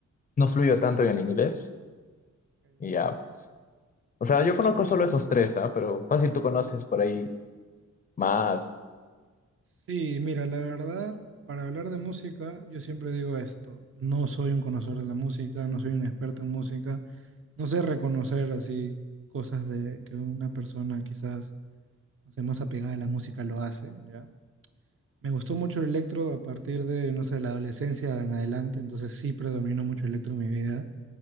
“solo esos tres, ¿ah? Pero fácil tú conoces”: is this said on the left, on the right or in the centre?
Left